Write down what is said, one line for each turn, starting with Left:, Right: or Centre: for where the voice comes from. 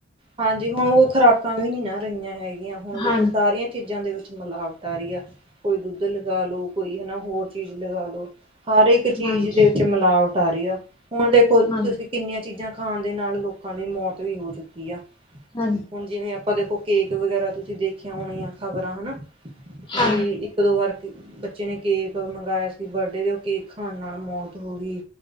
Right: ਹਾਂਜੀ। ਹੁਣ ਉਹ ਖੁਰਾਕਾਂ ਵੀ ਨੀ ਨਾ ਰਹੀਆਂ ਹੈਗੀਆਂ। ਹੁਣ ਦੇਖੋ
Left: ਹਾਂਜੀ
Right: ਸਾਰੀਆਂ ਚੀਜ਼ਾਂ ਦੇ ਮਿਲਾਵਟ ਆ ਰਹੀ ਆ। ਕੋਈ ਦੁੱਧ ਲਗਾ ਲੋ, ਕੋਈ ਹਨਾ ਹੋਰ ਚੀਜ਼ ਲਗਾ ਲੋੋ। ਹਰ ਇੱਕ ਚੀਜ਼
Left: ਹਾਂਜੀ
Right: ਦੇ ਵਿੱਚ ਮਿਲਾਵਟ ਸਾਰੀਆ ਹੁਣ ਦੇਖੋ ਤੁਸੀਂ
Left: ਹਾਂਜੀ
Right: ਕਿੰਨੀਆਂ ਚੀਜ਼ਾਂ ਖਾਣ ਦੇ ਨਾਲ ਲੋਕਾਂ ਦੀ ਮੌਤ ਵੀ ਹੋ ਚੁੱਕੀ ਆ
Left: ਹਾਂਜੀ
Right: ਹੁਣ ਜਿਵੇਂ, ਆਪਾਂ ਦੇ ਤੋਂ ਕੇਕ ਵਗੈਰਾ ਤੁਸੀਂ ਦੇਖਿਆ ਹੋਣੀਆਂ ਖ਼ਬਰਾਂ ਹਨਾ।
Left: ਹਾਂਜੀ
Right: ਵੀ ਇੱਕ- ਦੋ ਵਾਰ ਅਤੇ ਬੱਚੇ ਨੇ ਕੇਕ ਮੰਗਵਾਇਆ ਸੀ। ਬਰਡੇ ਦੇ ਉੱਤੇ ਕੇਕ ਖਾਣ ਨਾਲ ਮੌਤ ਹੋ ਗਈ।